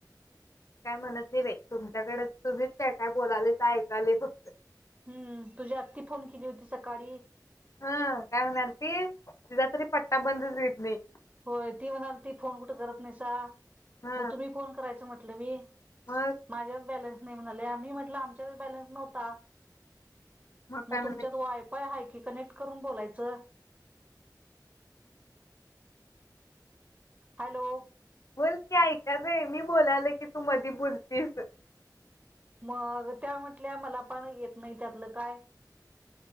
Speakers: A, on the left (about 45°); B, on the right (about 20°).
A: काय म्हणतनी बाई तुमच्याकड, तुम्हीच त्या काय काय बोलायलायसा, ऐकलोय फक्त
B: हम्म तुझ्या आत्ती फोन केली होती सकाळी
A: हा काय म्हणालती, तिचा तरी पट्टा बंदच होत नाही
B: होय, ती म्हणालती फोन कुठं करत नाहीसा
A: हा
B: मग तुम्ही फोन करायच म्हटलं मी
A: मग
B: माझ्यात बॅलन्स नाही म्हणाले आम्ही म्हटलं आमच्यातच बॅलन्स नव्हता. मग
A: काय म्हणाली
B: तुमच्यात वायफय आहे की कनेक्ट करून बोलायचं हॅलो
A: बोल की ऐका लोय मी बोलायला की तू मधी बोलतीस
B: मग त्या म्हटल्या मला पण येत नाही त्यातलं काय,